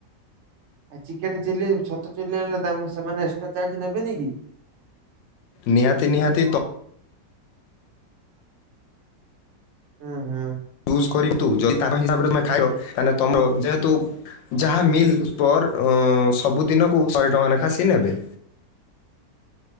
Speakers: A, on the right; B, on the left.
A: ଚିକେନ ଚିଲ୍ଲି ଛତୁ ଚିଲି ଆଣିଲେ ସେମାନେ ଏକ୍ସଟ୍ରା ଚାର୍ଜ ନେବେନି କି?
B: ନିହାତି ନିହାତିତ
A: ହୁଁ ହୁଁ
B: ଚୁଜ କର ତୁ ଯଦି ତାଙ୍କ ହିସାବରେ ତମେ ଖାଇବହେଲେ ତର ଯେହେତୁ <unintelligible> ଯାହା ମିଲ୍ ପ ସବୁଦିନକୁ ଶହେ ଟଙ୍କା ନେଖା ସେ ନେବେ।